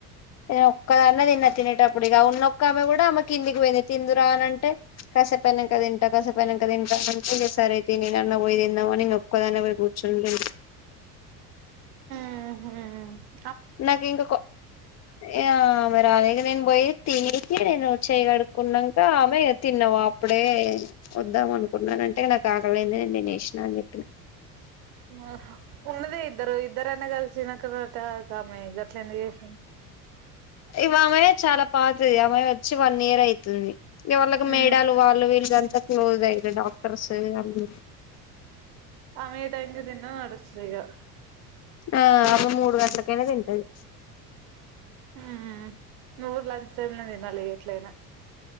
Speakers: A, on the left (about 35°); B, on the right (about 65°).
A: నేను ఒక్కదాన్నే తిన్న తినేటప్పుడు ఇక ఉన్నొక్క ఆమె కూడా ఆమె కిందికి పోయింది తిందురా అంటే కాసేపు అయినంక తింట కాసేపు అయినంక తింట అంత సారియితే నేనన్న పోయి తిందామని ఇంగ ఒక్కద్దాన్నే పోయి కు చున్నా
B: ఉహు
A: నాకు ఇంగ కొ ఆ ఆమె రాలేగా నేను పోయి తినేసి నేను చేయిగడుకున్నాక ఆమె తిన్నావా ఇప్పుడే వద్దాం అనుకుంటన్నానంటే నాకు ఆకలయ్యింది నేను తినేసా అని చెప్పినాను
B: ఆహా ఉన్నదే ఇద్దరు ఇద్దరన్న కలిసి తినక త ఆమె గట్లు ఎందుకు చేసి
A: ఇవి ఆమె చాలా పాతది ఆమె వచ్చి వన్ ఇయర్ అయితుది ఇ వాళ్ళకి
B: ఉమ్
A: మేడాలు వాళ్ళు వీళ్ళంతా క్లోజ్ అయ్యారు డాక్టర్స్ ఆళ్ళు
B: ఆమె టైం కి దిన్న నడుస్తదిగా
A: ఆ ఆమె మూడు గంటలకైనా తింటది
B: ఉ నువ్వు లంచ్ టైమ్ లో తినాలి ఎట్లైనా